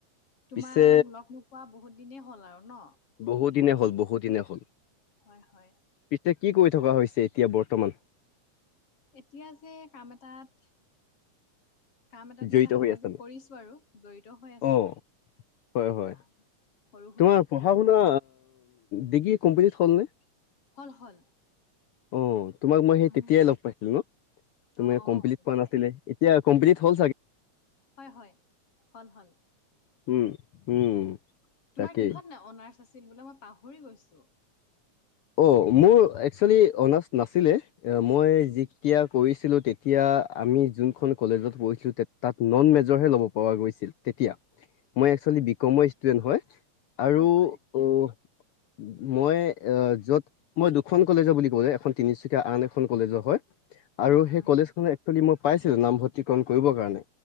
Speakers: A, on the left; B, on the left.
A: তোমাক,
B: পিছে
A: লগ নোপোৱা বহুত দিনেই হ'ল আৰু ন?
B: বহু দিনে
A: উম
B: হ'ল বহু দিনে হ'ল,
A: হয় হয়
B: পিছে কি কৰি থকা হৈছে এতিয়া বৰ্তমান?
A: এতিয়া যে কাম এটাত কাম এটাত
B: জড়িত
A: মানে সহযোগ
B: হৈ আছা নে
A: কৰিছো আৰু জড়িত হৈ আছো,
B: অ হয় হয়
A: আহ সৰু সুৰা
B: তোমাৰ পঢ়া-শুনা, ডিগ্ৰী কমপ্লিট হ'লনে!
A: হ'ল হ'ল।
B: অ তোমাক মই সেই
A: উম
B: তেতিয়াই লগ পাইছিলো ন তুমি
A: অ অ
B: কমপ্লিট
A: তেতিয়াই
B: পোৱা নাছিলে, এতিয়া কমপ্লিট
A: হয়
B: হ'ল চাগে
A: হয় হয়' হ'ল হ'ল।
B: উম' উম'
A: তোমাৰ
B: তাকেই
A: কিহত অৰ্নাচ আছিল, বোলে মই পাহৰি গৈছো?
B: অ' মোৰ একচুৱেলি অনাৰ্ছ নাছিলে, মই যেতিয়া কৰিছিলো তেতিয়া আমি যোনখন কলেজত পঢ়িছিলো, তাত নন মেজৰ হে ল'ব পৰা গৈছিল তেতিয়া। মই একচুৱেলি বিক্ৰমৰ ষ্টুডেন্ত হয় আৰু
A: হয় হয়
B: অ' মই আহ' য'ত মই দুখন কলেজৰ বুলি ক'লে এখন তিনিচুকীয়া, আন এখন কলেজৰ হয় আৰু
A: উম
B: সেই
A: উম
B: কলেজখনত একচুৱেলি মই পাইছিলো নামভৰ্তিকৰণ কৰিবৰ কাৰণে,